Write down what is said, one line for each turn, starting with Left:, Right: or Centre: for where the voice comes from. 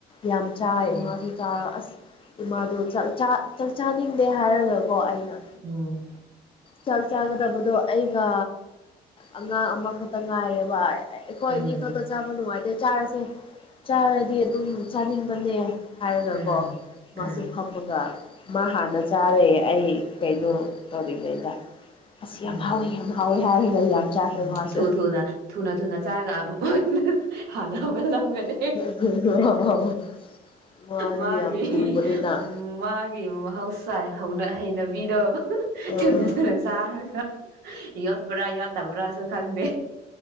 Left: ꯌꯥꯝ ꯆꯥꯏ
Right: ꯎꯝ
Left: ꯏꯃꯥꯁꯨ ꯆ ꯑꯁ ꯏꯃꯥꯗꯣ ꯆꯥꯛ ꯆꯥ ꯆꯥꯛ ꯆꯥꯅꯤꯡꯗꯦ ꯍꯥꯏꯔꯒꯀꯣ ꯑꯩꯅ
Right: ꯎꯝ
Left: ꯆꯥꯛ ꯆꯥꯒꯗꯕꯗꯣ ꯑꯩꯒ ꯑꯉꯥꯡ ꯑꯃꯈꯛꯇ ꯉꯥꯏꯔꯦꯕ ꯑꯩꯈꯣꯏ
Right: ꯎꯝ
Left: ꯑꯅꯤ ꯈꯛꯇ ꯆꯥꯕ ꯅꯨꯡꯉꯥꯏꯇꯦ ꯆꯥꯔꯁꯦ ꯆꯥꯔꯗꯤ ꯑꯗꯨꯝ ꯆꯥꯅꯤꯡꯕꯅꯦ ꯍꯥꯏꯔꯒꯀꯣ
Right: ꯎꯝ ꯎꯝ ꯎꯝ
Left: ꯃꯥꯁꯨ ꯐꯝꯃꯒ ꯃꯥ ꯍꯥꯟꯅ ꯆꯥꯔꯦ ꯑꯩ ꯀꯩꯅꯣ
Right: ꯎꯝ
Left: ꯇꯧꯔꯤꯉꯩꯗ ꯑꯁꯤ ꯌꯥꯝ
Right: ꯎꯝ
Left: ꯍꯥꯎꯋꯤ ꯌꯥꯝ ꯍꯥꯎꯋꯦ ꯍꯥꯏꯔꯒ ꯌꯥꯝ ꯆꯥꯈ꯭ꯔꯦ
Right: ꯎꯝ
Left: ꯃꯥꯁꯨ
Right: ꯊꯨ ꯊꯨꯅ ꯊꯨꯅ ꯊꯨꯅ ꯆꯥꯔꯒ ꯍꯥꯟꯅ ꯍꯧꯒꯠꯂꯝꯒꯅꯤ
Left: <unintelligible> ꯃꯥꯗꯤ
Right: ꯃꯥꯒꯤ
Left: ꯌꯥꯝ ꯊꯨꯕꯅꯤꯅ
Right: ꯎꯝ ꯃꯥ ꯒꯤ ꯃꯍꯧꯁꯥꯏ ꯍꯧꯅ ꯍꯩꯅꯕꯤꯗꯣ
Left: ꯑꯥ
Right: ꯊꯨꯅ ꯊꯨꯅ ꯆꯥꯔꯒ ꯌꯣꯠꯄ꯭ꯔꯥ ꯌꯣꯠꯇꯕ꯭ꯔꯥꯁꯨ ꯈꯪꯗꯦ